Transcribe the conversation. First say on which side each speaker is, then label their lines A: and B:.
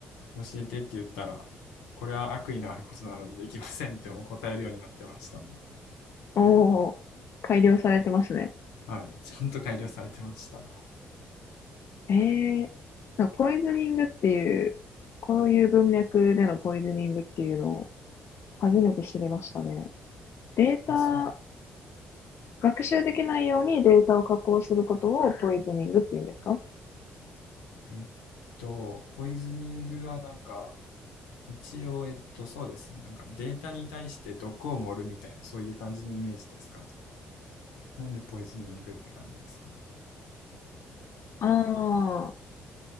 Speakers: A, on the left; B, on the left.
A: 教えてって言ったら、これは悪意のあることなのでできませんってもう答えるようになってましたね。
B: おお、改良されてますね。
A: はい。ちゃんと改良されてました。
B: ええなんかポイズニングっていう、こういう文脈でのポイズニングっていうのを初めて知りましたね。データ
A: あ、そう。
B: 学習できないようにデータを加工することをポイズニングって言うんですか
A: えっと、ポイズニングはなんか、一応、えっと、そうですね。なんかデータに対して毒を盛るみたいな、そういう感じのイメージですかね。なんでポイズニングって感じですかね。
B: ああ